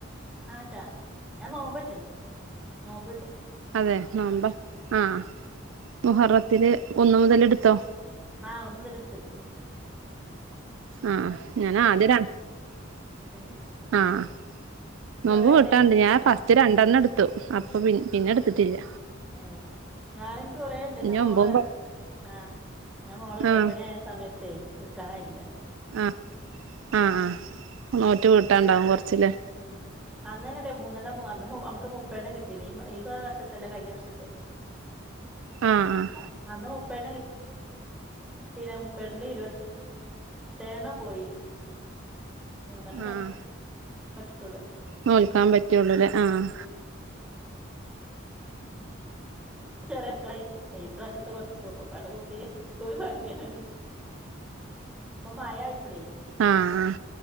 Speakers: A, in the centre; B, on the right (about 70°).
A: ആ ചാ ഞാൻ നോമ്പോറ്റണ് നോമ്പ്ണ്ട്
B: അതെ നോമ്പാ ആഹ് മുഹറത്തിന് ഒന്നു മുതൽ എടുത്തോ
A: ആഹ് ഒന്ന് മുതൽ എടുത്തടെ
B: ആഹ് ഞാനാദ്യം <unintelligible>
A: ഏ
B: ആഹ് നോമ്പ്
A: കൊറേണ്ട്
B: വീട്ടാണ്ട് ഞാൻ ഫസ്റ്റ് രണ്ടെണ്ണം എടുത്തു പി പിന്നെ എട്ത്തിട്ടില്ല
A: ഏഹ് ഞാൻ എൻക്ക് കൊറേണ്ട് എന്റെ
B: ഇനി
A: മോള്
B: ഒമ്പതും പ
A: ആഹ് ഞാൻ മോള് ഗർഭിണിയായ
B: ആഹ്
A: സമയത്തെ എടുക്കാൻ കഴിഞ്ഞില്ല
B: ആ ആഹ് ആഹ് നോറ്റ് വീട്ടാനുണ്ടാവും കൊറച്ച് ഇല്ലേ
A: ഉം അന്ന് തന്നെ ഉണ്ടേ മൂന്നെണ്ണം നമക്ക് മുപ്പെണ്ണം കിട്ടീ ഈ ഈ വർഷത്തല്ല കഴിഞ്ഞ വർഷത്തയ <inaudible>
B: ആഹ് ആഹ്
A: ആഹ് അന്ന് മൂപ്പെണ്ണം കിട്ടി പട്ടന <unintelligible> മുപ്പട്ടില് ഇരുപത്തെഴെണ്ണം പോയി മൂന്നെണ്ണം നി
B: ആഹ്
A: പറ്റിട്ടൊള്ളു
B: നോൽക്കാൻ പറ്റുള്ളൂല്ലേ ആഹ്
A: ചെറിയ മക്കളായിട്ടില്ലേ ഇപ്രാവശ്യത്തെ കൊറച്ചു നോക്കും ഒക്കെ പാടെ കൂട്ടി ഒരു സഖ്യ തന്നെ ഉണ്ട് <inaudible> ഇപ്പൊ മയായപ്പളെ
B: ആഹ് ആഹ്